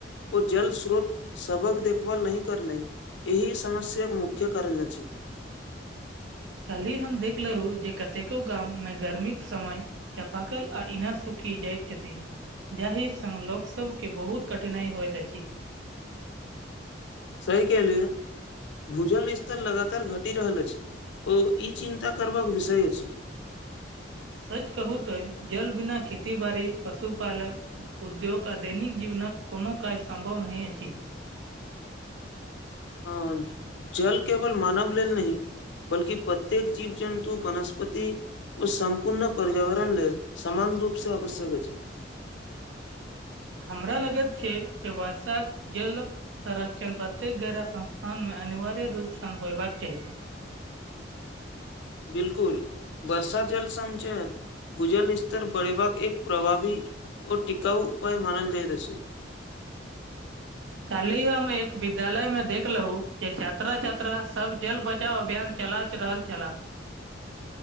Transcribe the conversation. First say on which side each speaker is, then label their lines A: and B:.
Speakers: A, on the left; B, on the right.
A: ओ जल स्रोत सभसँ देखभाल नहि कर एहि समस्याक मुख्य कारण अछि
B: काल्हि हम देखलेहु जे कतेको गाम मे गर्मी कऽ समय चापा कल आ इनारसूखी जयत छथि जाहि संघ लोकसभके बहुत कठिनाइ होइत अछि
A: सहि कहलिहन। भूजल स्तर लगातार घटि रहल अछि ओ ई चिन्ता करबाक विषय अछि
B: सच कहू तो जल बिना खेती बाड़ी पशुपालन उद्योग आ दैनिक जीवनक कोनो काज सम्भव नहीं अछी
A: हँ जल केवल मानव लेल नहीं बल्कि प्रत्येक जीव जन्तु वनस्पति ओ सम्पूर्ण पर्यावरण लेल समान रूपसँ आवश्यक अछि
B: हमरा लगैत छै जे वर्षाक जल कऽ संरक्षण प्रत्येक गैरह संस्थानमे अनिवार्य रूप स होयबाक चाही
A: बिल्कुल वर्षा जल संचयन भूजल स्तर बढ़ेबाक एक प्रभावी ओ टिकाउ उपाय मानल जाइत अछि
B: काल्हि हम एक विद्यालय में देखलू जे छात्रा छात्रा सब जल बचाव अभियान चलाथ रहल छलाह